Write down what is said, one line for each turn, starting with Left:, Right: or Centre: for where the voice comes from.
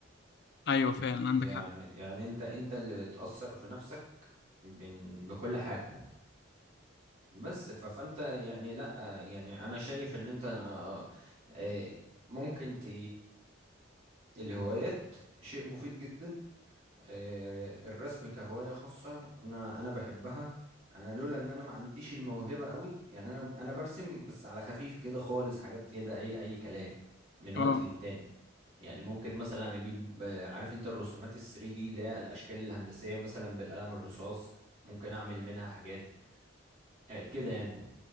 Left: ايوه فعلا عندك
Right: يعني
Left: حق
Right: يعني انت انت اللي بتأثر في نفسك بن- بكل حاجة بس ف- فانت يعني لا يعني انا شايف ان انت آه، آه، ممكن ت... الهوايات شيء مفيد جدا آه، الرسم كهواية خاصة انا انا بحبها انا لولا ان انا ما عنديش الموهبة قوي يعني انا انا برسم بس على خفيف كده خالص حاجات كده اي اي كلام من وقت
Left: اه
Right: للتاني يعني ممكن مثلا اجيب آه، عارف انت الرسومات ال 3 دي اللي هي الاشكال الهندسية مثلا بالقلم الرصاص ممكن اعمل منها حاجات آه، كده يعني